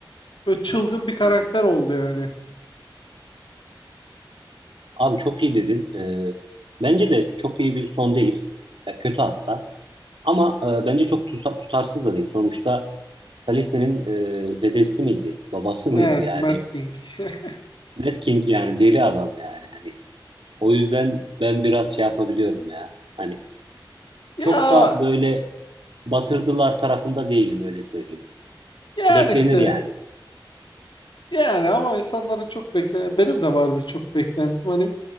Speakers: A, on the left (about 70°); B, on the right (about 80°).
A: Böyle çılgın bir karakter
B: Hı hı.
A: oldu yani.
B: Abi çok iyi dedin. E, bence de çok iyi bir son değil. Ya kötü hatta. Ama e, bence çok tusa- tutarsız da değil. Sonuçta Khaleesi'nin e, dedesi miydi, babası mıydı
A: Evet,
B: yani?
A: Matt King. <laughs>
B: Mad King yani deli adam yani. Hani o yüzden ben biraz şey yapabiliyorum ya. Hani
A: Ya
B: çok da böyle batırdılar tarafında değilim öyle söyleyeyim.
A: yani
B: Beklenir
A: işte
B: yani.
A: yani ama insanların çok bekle benim de vardı çok beklentim. Hani